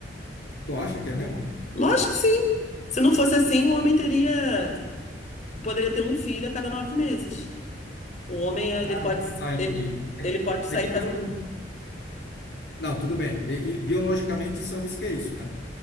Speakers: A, on the left (about 65°); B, on the left (about 40°).
A: Tu acha que é mesmo?
B: Lógico que sim. Se não fosse assim, o homem teria, poderia ter um filho a cada nove meses. O homem, ele
A: Ah,
B: pode,
A: Ah, entendi.
B: ele,
A: É
B: ele
A: que,
B: pode sair
A: é que
B: fazendo.
A: quando. Não, tudo bem. E, e biologicamente, sabes que é isso, né?